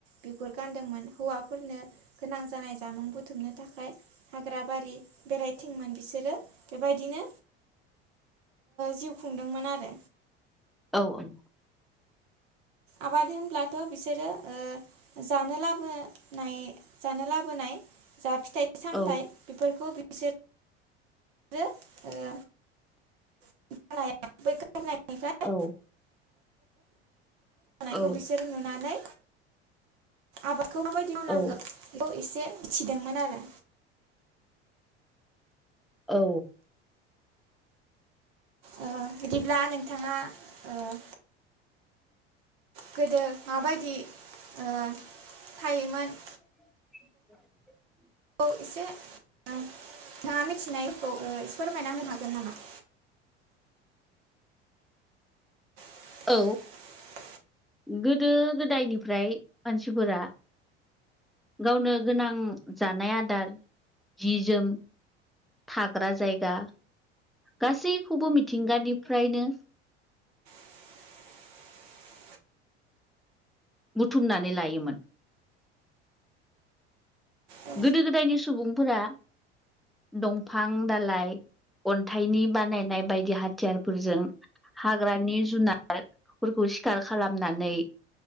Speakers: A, on the right; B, in the centre.
A: बिगुर गानदोंमोन हौवाफोरनो गोनां जानाय जामुं बुथुम नो थाखाय हाग्रा बारि बेरायथिं मोन बिसोरो बेबायदिनो जिउ खुंदोंमोन आरो।
B: औ औ।
A: आबाद होनब्लाथ' बिसोरो ओ जानो लाबोनाय जानो लाबोनाय जा फिथाइ सामथाइ
B: औ
A: बिफोरखौ बिसोर रो ओ <unintelligible> गारनायनिफ्राय
B: औ
A: <unintelligible>
B: औ
A: खौ बिसोरो नुनानै आबाद खौ माबायदि मावनांगौ
B: औ
A: बेखौ एसे मिथिदोंमोन आरो।
B: औ।
A: ओ बिदिब्ला नोंथाङा ओ गोदो माबायदि ओ थायोमोन
B: <inaudible> <unintelligible>
A: औ इसे नोंथाङा मिथिनायखौ ओ फोरमायना होनो हागोन नामा! <inaudible>
B: औ
A: <unintelligible>
B: गोदो गोदायनिफ्राय मानसिफोरा गावनो गोनां जानाय आदार जि जोम थाग्रा जायगा गासैखौबो मिथिंगानिफ्रायनो
A: <inaudible> <unintelligible>
B: बुथुमनानै लायोमोन
A: औ
B: गोदो गोदायनि सुबुंफोरा दंफां दालाइ अन्थाइनि बानायनाय बायदि हाथियारफोरजों, हाग्रानि जुनारफोरखौ सिखार खालामनानै,